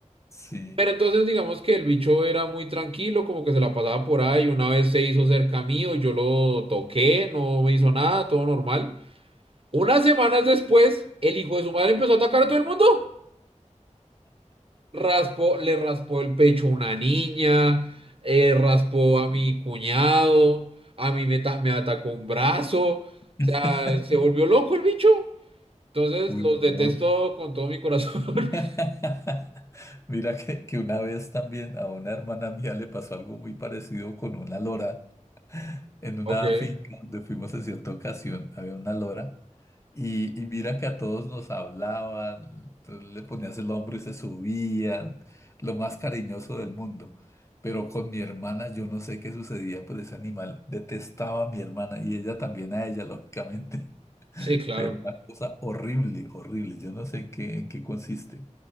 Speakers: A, on the left; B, on the right.
A: Sí.
B: Pero entonces, digamos que el bicho era muy tranquilo, como que se la pasaba por ahí. Una vez se hizo cerca mío, yo lo toqué, no me hizo nada, todo normal. Unas semanas después, el hijo de su madre empezó a atacar a todo el mundo. raspó, le raspó el pecho a una niña, eh, raspó a mi
A: Uy,
B: cuñado, a mí me, ta- me atacó un brazo, o
A: <laughs>
B: sea, se volvió loco el bicho. Entonces
A: uy,
B: los detesto
A: no,
B: con todo mi corazón. <laughs>
A: <laughs> Mira que, que una vez también a una hermana mía le pasó algo muy parecido con una lora en una
B: Ok,
A: finca donde fuimos en cierta ocasión, había una lora y, y mira que a todos nos hablaban, entonces le ponías el hombro y se subían, lo más cariñoso del mundo. Pero con mi hermana yo no sé qué sucedía, pues ese animal detestaba a mi hermana y ella también a ella, lógicamente,
B: sí,
A: <laughs>
B: claro.
A: pero una cosa horrible, horrible, yo no sé en qué, en qué consiste.